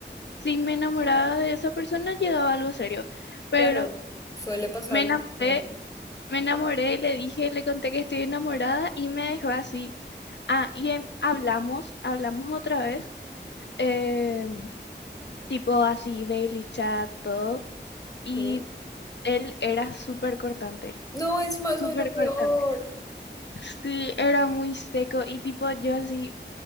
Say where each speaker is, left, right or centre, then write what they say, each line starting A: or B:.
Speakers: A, on the left (about 70°); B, on the left (about 20°).
A: si me enamoraba de esa persona, llegaba algo serio. Pero
B: Claro, suele pasar.
A: me enamoré,
B: ¿no?
A: me enamoré, le dije, le conté que estoy enamorada y me dejó así. Ah, y em- hablamos, hablamos otra vez, em, tipo así, daily chat, todo. Y
B: ¿Sí?
A: él era súper cortante,
B: No, encima eso
A: súper
B: es lo peor.
A: cortante. Sí, era muy seco y tipo yo así.